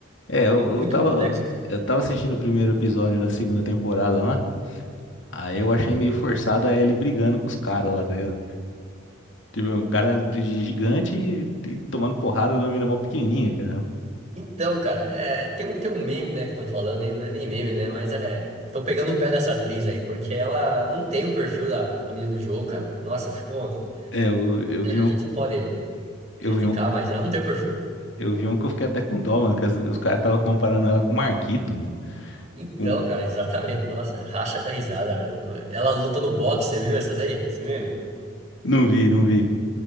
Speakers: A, on the left; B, on the right.
A: É, eu,
B: Muito
A: eu tava,
B: complexo, cara.
A: eu tava assistindo o primeiro episódio da segunda temporada lá. Aí eu achei meio forçado a Ellie brigando com os caras lá, tá ligado? Tipo, é um cara de gigante e, e tomando porrada de uma menina mó pequenininha, cara.
B: Então, cara, é, tem um, tem um meme, né, que estão falando, e não é nem meme, né, mas é, estão pegando o pé dessa atriz aí, porque ela não tem o perfil da, da menina do jogo, cara. Nossa, ficou,
A: É, eu, eu
B: né,
A: vi
B: a
A: um.
B: gente não pode
A: Eu
B: criticar,
A: vi um
B: mas ela não tem o perfil.
A: Eu vi um que eu fiquei até com dó, mano, que as- os caras estavam comparando ela com o Marquito, mano.
B: Então,
A: O-
B: cara, <laughs> exatamente, nossa, racha da risada, velho. Ela luta no boxe, você viu essa daí? Esse meme?
A: Não vi, não vi.